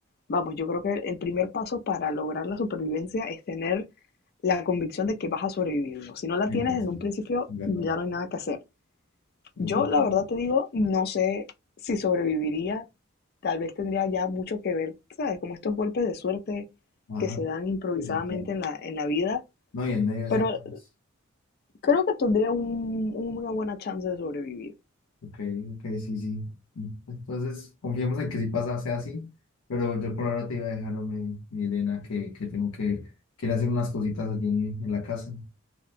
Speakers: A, on the left (about 45°); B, on the left (about 85°).
A: vamos, yo creo que el primer paso para lograr la supervivencia es tener la convicción de que vas a sobrevivir. ¿no? Si no la
B: Entonces,
A: tienes desde un principio,
B: ¿verdad?
A: ya no hay nada que hacer.
B: Es
A: Yo,
B: verdad.
A: la verdad te digo, no sé si sobreviviría. Tal vez tendría ya mucho que ver, ¿sabes? Como estos golpes de suerte
B: Ajá.
A: que se dan improvisadamente
B: Sí, sí, claro.
A: en la, en la vida
B: No, y en medio de
A: Pero
B: ese caos.
A: creo que tendría un- una buena chance de sobrevivir.
B: Ok, ok, sí, sí. Entonces, confiemos en que si pasa, sea así, pero yo por ahora te iba a dejar, hombre, mi Elena, que, que tengo que, que ir a hacer unas cositas allí en, en la casa.